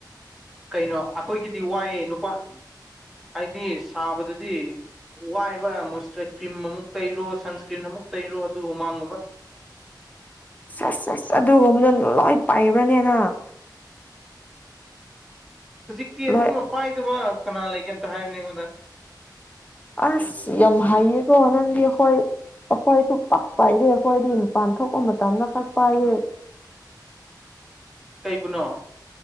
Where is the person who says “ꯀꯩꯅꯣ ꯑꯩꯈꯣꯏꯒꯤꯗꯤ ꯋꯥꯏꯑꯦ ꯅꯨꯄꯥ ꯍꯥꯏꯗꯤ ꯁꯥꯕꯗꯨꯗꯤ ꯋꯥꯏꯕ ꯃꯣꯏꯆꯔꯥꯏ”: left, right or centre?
Centre